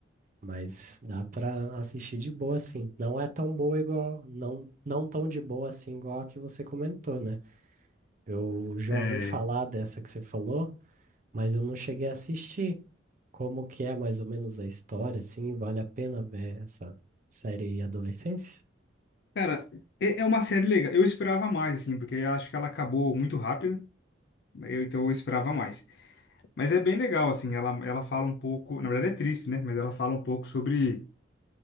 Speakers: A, on the right; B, on the left.
A: Mas dá pra assistir de boa assim. Não é tão boa igual, não, não tão de boa assim igual a que você comentou, né? Eu já
B: É...
A: ouvi falar dessa que você falou, mas eu não cheguei a assistir. Como que é mais ou menos a história, assim, vale a pena ver essa série Adolescência?
B: Cara, é é uma série legal. Eu esperava mais, assim, porque eu acho que ela acabou muito rápido. Eu, então eu esperava mais. Mas é bem legal, assim, ela, ela fala um pouco. Na verdade é triste, né? Mas ela fala um pouco sobre.